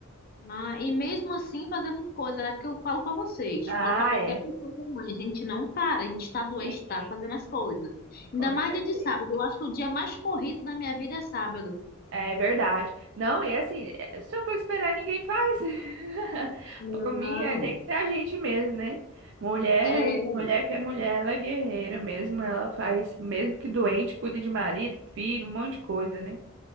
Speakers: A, on the left; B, on the right.
A: Ah, e mesmo assim fazendo as coisas, né? Porque eu falo pra vocês,
B: Ah,
A: falo pra qualquer
B: é.
A: pessoa que é mãe, a gente não para, a gente tá doente,
B: Sim,
A: tá fazendo as coisas.
B: com
A: Ainda mais
B: certeza.
A: dia de sábado, eu acho que o dia mais corrido da minha vida é sábado.
B: É verdade. Não, e assim, eh, se eu for esperar, ninguém faz. <laughs>
A: Não.
B: Por mim, é, tem que ser a gente mesmo, né? Mulher,
A: É.
B: mulher que é mulher, ela é guerreira mesmo. Ela faz, mesmo que doente, cuida de marido, filho, um monte de coisa, né?